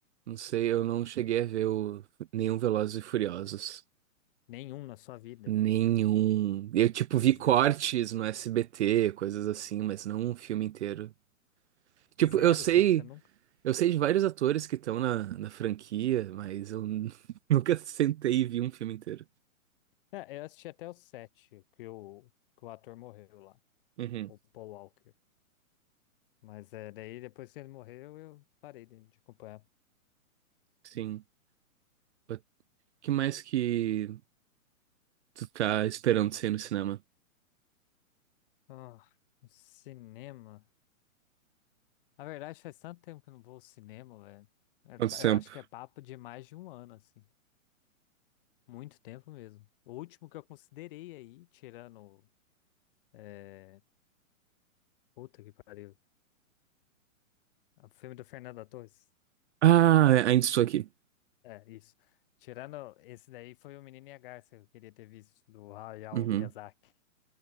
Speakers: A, on the right; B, on the left.
A: Não sei, eu não cheguei a ver o... nenhum Velozes e Furiosos.
B: Nenhum na sua vida.
A: Nenhum. Eu, tipo, vi
B: Ze-
A: cortes no SBT, coisas assim, mas não um filme inteiro. Tipo,
B: Zero,
A: eu sei,
B: você nunca?
A: eu sei de vários atores que estão na, na franquia, mas eu n- <laughs> nunca sentei e vi um filme inteiro.
B: É, eu assisti até o sete, que o, que o ator morreu lá,
A: Uhum,
B: o Paul Walker. Mas é, daí depois que ele morreu, eu parei de, de acompanhar.
A: sim. O que mais que tu tá esperando sair no cinema?
B: Ah, o cinema. Na verdade, faz tanto tempo que eu não vou ao cinema, velho. É
A: Quanto tempo?
B: eu acho que é papo de mais de um ano, assim. Muito tempo mesmo. O último que eu considerei aí, tirando. É... Puta que pariu. O filme do Fernando Torres.
A: Ah, ainda estou aqui.
B: É, isso. Tirando esse daí, foi o Menino e a Garça que eu queria ter visto, do Hayao
A: Uhum,
B: Miyazaki.